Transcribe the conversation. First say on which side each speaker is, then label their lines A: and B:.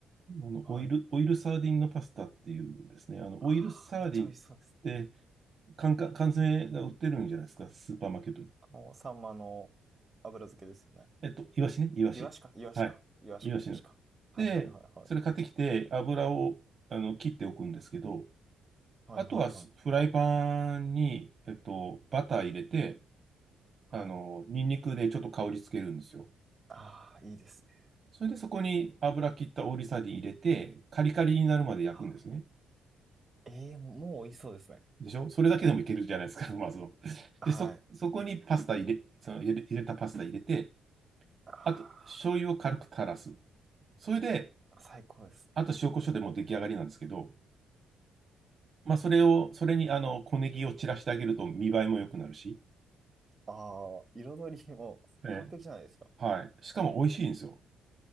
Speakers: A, on the right; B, on the right.
A: あの、
B: はい。
A: オイル、オイルサーディンのパスタっていうですね、あの、
B: ああ、
A: オイルサーディンって
B: めっちゃ美味しそうですね
A: 缶、缶缶詰が売ってるんじゃないですか、スーパーマーケットに。
B: あの、サンマの油漬けですよね。
A: えっと、イワシね、イワシ。
B: イワシか、イワシか、
A: はい。
B: イワシか、
A: イワシの。
B: イワシか。はいはいはいはい。
A: で、それ買ってきて、油を、あの、切っておくんですけど、
B: はいはいはい。
A: あとはスフライパンに、えっと、バター入れて、
B: はい。
A: あの、ニンニクでちょっと香りつけるんですよ。
B: ああ、いいですね。
A: それでそこに油切ったオーリーサーディン入れて、カリカリになるまで焼くんですね。
B: あー、ええもう、もう美味しそうですね。
A: でしょそれだけでもいけるじゃないですか、
B: で、
A: <laughs> まずは。
B: はい。
A: で、そ、そこにパスタ入れ、その入れ、入れたパスタ入れて、
B: あ
A: あと、醤油を軽く垂らす。それで、
B: ー最高ですね。
A: あと塩コショウでもう出来上がりなんですけど、まあ、それを、それにあの、小ネギを散らしてあげると見栄えも良くなるし、
B: ああ、彩りも完璧じゃないですか。
A: ええはい。しかも美味しいんですよ。